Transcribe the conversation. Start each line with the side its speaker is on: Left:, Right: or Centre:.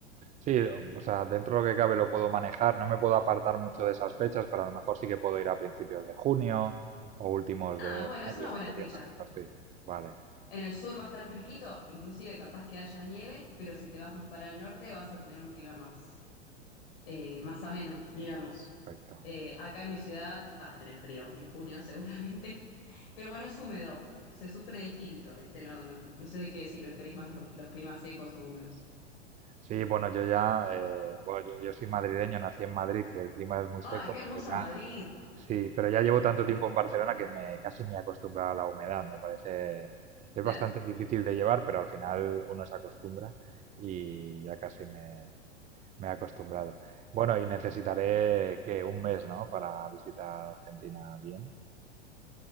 Right: Sí, o sea, dentro de lo que cabe lo puedo manejar, no me puedo apartar mucho de esas fechas, pero a lo mejor sí que puedo ir a principios de junio o últimos
Left: Ah,
Right: de
Left: bueno,
Right: mayo,
Left: es una buena
Right: sería
Left: fecha.
Right: una cosa así. Vale,
Left: En el sur va a estar fresquito, inclusive capaz que haya nieve, pero si te vas más para el norte vas a tener un clima más, eh, más ameno, digamos.
Right: perfecto.
Left: Eh, acá en mi ciudad vas a tener frío en junio seguramente, <laughs> pero bueno, es húmedo, se sufre distinto, ¿viste? No, no, no sé de qué, si preferís más lo- los climas secos o húmedos.
Right: Sí, bueno, yo ya, eh, bueno, yo, yo soy madrileño, nací en Madrid, que el clima es muy
Left: ¡Ay,
Right: seco,
Left: qué hermosa
Right: pero ya,
Left: Madrid!
Right: sí, pero ya llevo tanto tiempo en Barcelona que me, casi me he acostumbrado a la humedad, me parece, es
Left: Claro,
Right: bastante difícil de llevar, pero al final uno se acostumbra y ya casi me, me he acostumbrado. Bueno, y necesitaré que un mes, ¿no? Para visitar Argentina bien.